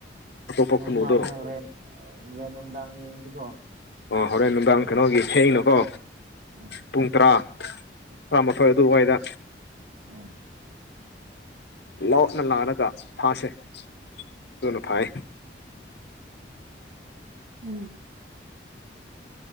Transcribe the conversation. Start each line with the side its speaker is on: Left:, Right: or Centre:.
Left: ꯑꯇꯣꯞꯄ
Right: ꯇꯨꯝ
Left: ꯈꯨꯅꯨꯗꯣ
Right: ꯃꯥꯜꯂꯦ ꯍꯣꯔꯦꯟ ꯍꯣꯔꯦꯟ ꯅꯨꯡꯗꯥꯡ ꯌꯦꯡꯁꯤꯀꯣ
Left: ꯑꯣ ꯍꯣꯔꯦꯟ ꯅꯨꯡꯗꯥꯡ ꯀꯩꯅꯣꯒꯤ ꯊꯦꯡꯒꯅꯨꯀꯣ
Right: ꯎꯝ
Left: ꯄꯨꯡ ꯇ꯭ꯔꯥ ꯇ꯭ꯔꯥꯃꯥꯊꯣꯏ ꯑꯗꯨꯋꯥꯏꯗ
Right: ꯑꯥ
Left: ꯂꯣꯠꯅ ꯂꯥꯛꯔꯒ ꯐꯥꯁꯦ ꯑꯗꯨꯅ ꯐꯥꯏ
Right: ꯎꯝ